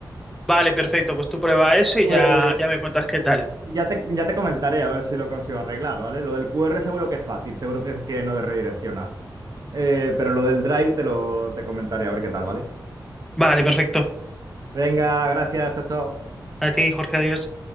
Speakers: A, in the centre; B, on the right.
A: Vale, perfecto, pues tú prueba eso y
B: Pues
A: ya, ya me cuentas qué tal.
B: ya te, ya te comentaré a ver si lo consigo arreglar, ¿vale? Lo del QR seguro que es fácil, seguro que, que no redirecciona. Eh, pero lo del Drive te lo te comentaré a ver qué tal, ¿vale?
A: Vale, perfecto.
B: Venga, gracias, chao, chao.
A: A ti, Jorge, adiós.